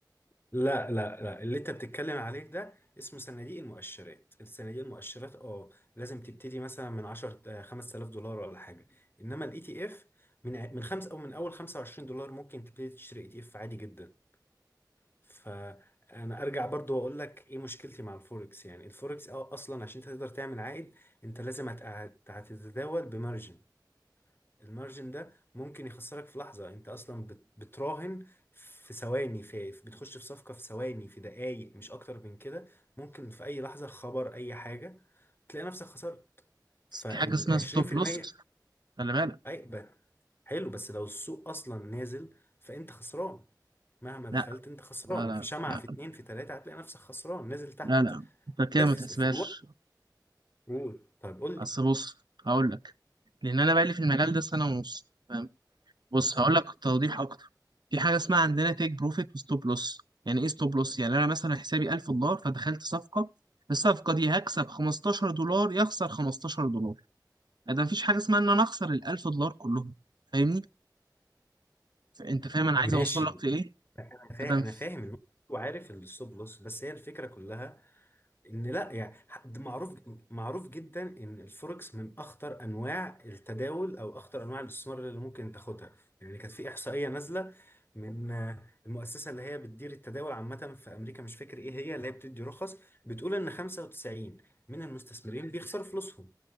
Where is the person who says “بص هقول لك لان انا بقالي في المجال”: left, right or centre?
Right